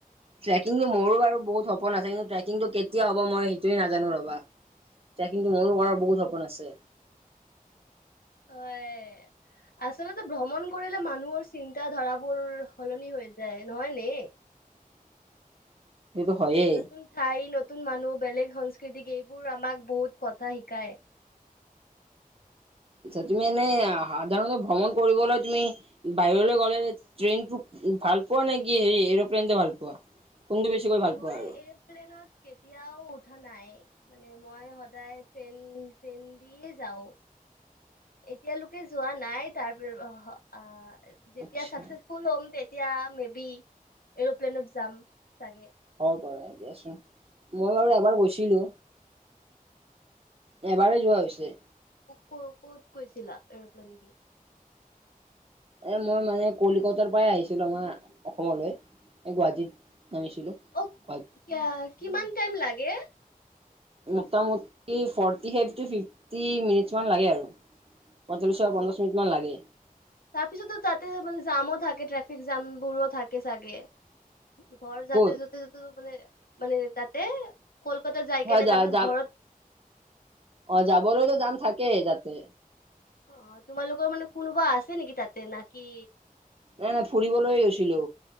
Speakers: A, on the right (about 40°); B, on the left (about 85°).
A: ট্ৰেকিংটো মোৰো বাৰু বহুত সপোন আছে কিন্তু ট্ৰেকিংটো কেতিয়া হ'ব মই সেইটোৱে নাজানো ৰ'বা। ট্ৰেকিংটো মোৰো কৰাৰ বহুত সপোন আছে।
B: হয়। আচলতে ভ্ৰমণ কৰিলে মানুহৰ চিন্তা ধাৰাবোৰ সলনি হৈ যায় নহয় নে?
A: <inaudible> সেইটো হয়েই।
B: নতুন ঠাই নতুন মানুহ বেলেগ সংস্কৃতিক এইবোৰ আমাক বহুত কথা শিকায়।
A: আটচা তুমি এনে সাধাৰণতে ভ্ৰমণ কৰিবলৈ তুমি বাহিৰলৈ গ'লে ট্ৰেইনটো ভাল পোৱা নে কি হেৰি এৰোপ্লেনটো ভাল পোৱা? কোনটো বেছিকৈ ভাল
B: মই
A: পোৱা আৰু
B: এৰপ্লেনত কেতিয়াও উঠা নাই মানে মই সদায় ট্ৰেন ট্ৰেন্দিয়েই যাওঁ। এতিয়ালৈকে যোৱা নাই তাৰপিছ অহ অ। যেতিয়া
A: আচ্ছা
B: চাকচেচফুল হম তেতিয়া মে বি এৰপ্লেনত যাম চাগে?
A: হব পাৰে দিয়াচোন মই বাৰু এবাৰ গৈছিলো। এবাৰে যোৱা হৈছে।
B: ক ক'ত গৈছিলা এৰপ্লেন দি।
A: এ মই মানে কলিকতাৰ পৰাই আহিছিলো আমাৰ অসমলৈ, এ গুৱাহাটীত। নামিছিলো
B: অ
A: ক
B: কিয়া- কিমান টাইম লাগে?
A: মোটামুটি ফৰ্টি ফাইভ টু ফিফটি মিনিটছমান লাগে আৰু। পঞ্চল্লিছ পৰা
B: অ
A: পঞ্চাছ মিনিট মান লাগে
B: তাৰপিছতো তাতে মানে জামো থাকে ট্ৰে ফিক জাম বোৰো থাকে চাগে ঘৰ
A: ক'ত
B: যাওতে যাওতে যতে মানে মানে তাতে কলকাতাৰ যাই
A: হয়
B: কেনে
A: যা
B: তাতে
A: যা
B: ঘৰত
A: অ যাবৰতো যাম থাকে তাতে।
B: অ তোমালোকৰ মানে কোনোবা আছে নেকি তাতে না কি?
A: নাই নাই ফুৰিবলৈ গৈছিলো